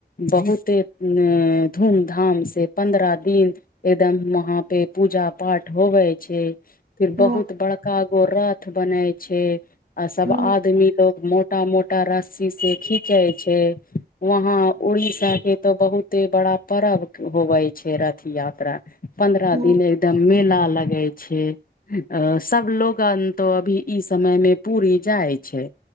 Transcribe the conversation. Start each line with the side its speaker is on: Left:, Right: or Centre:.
Left: बहुते अए धूम धाम से पन्द्रह दिन एदम वहाँ पे पूजा पाठ होवे छै फिर
Right: हूँ
Left: बहुत बड़का गो रथ बनाय छै आ सब
Right: हूँ
Left: आदमी लोग मो टा मोटा रस्सी से खीचै छै वहाँ उड़ीसा के तऽ बहुते बड़ा परर्ब होवे छै रथ यात्रा पन्द्रह
Right: हूँ
Left: दिन एकदम मेला लगै छै अ सब लोगन तो अभी ई समयमे पूरी जाइ छै